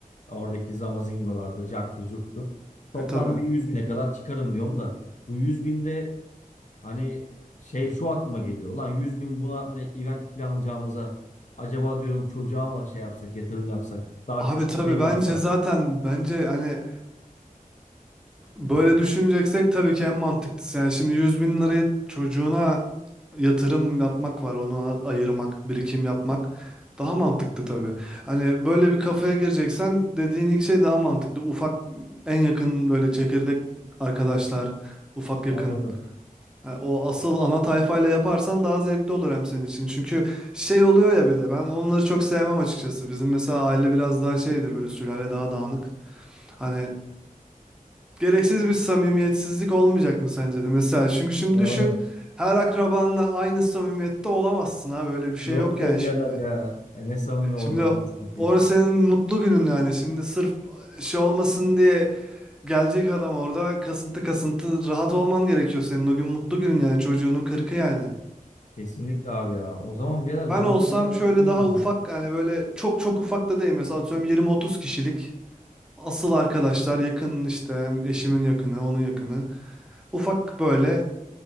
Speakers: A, on the left; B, in the centre.
A: oradaki zamazingolarda carttı curttu. Toplam
B: E tabi.
A: bir 100 bine kadar çıkarım diyorum da. Bu 100 binde hani şey şu aklıma geliyor. Ulan 100 bin buna hani event planlayacağımıza acaba diyorum çocuğa mı şey yapsak yatırım yapsak daha
B: Abi
A: küçük
B: tabi
A: bir şey mi
B: bence
A: yapsak?
B: zaten bence hani Böyle düşüneceksek tabii ki en mantıklısı. Yani şimdi yüz bin lirayı çocuğuna yatırım yapmak var, onu a- ayırmak, birikim yapmak daha mantıklı tabii. Hani böyle bir kafaya gireceksen dediğin ilk şey daha mantıklı. Ufak, en yakın böyle çekirdek arkadaşlar, ufak
A: Anladım.
B: yakın. Ha, o asıl ana tayfayla yaparsan daha zevkli olur hem senin için. Çünkü şey oluyor ya bir de ben onları çok sevmem açıkçası. Bizim mesela aile biraz daha şeydir böyle sülale daha dağınık. Hani Gereksiz bir samimiyetsizlik olmayacak mı sence de? Mesela çünkü şimdi
A: Doğru.
B: düşün her akrabanla aynı samimiyette olamazsın abi öyle bir şey
A: Yok
B: yok
A: be
B: yani
A: birader
B: şimdi.
A: ya. E ne samimi olacağım
B: Şimdi
A: anasını satayım.
B: orası senin mutlu günün yani şimdi sırf şey olmasın diye gelecek adam orada kasıntı kasıntı rahat olman gerekiyor senin o gün mutlu günün yani çocuğunun kırkı yani.
A: Kesinlikle abi ya. O zaman birader
B: Ben
A: ben
B: olsam
A: bunu bir daha
B: şöyle
A: düşüneyim
B: daha
A: ya.
B: ufak yani böyle çok çok ufak da değil mesela atıyorum 20-30 kişilik asıl arkadaşlar yakın işte hem eşimin yakını onun yakını ufak böyle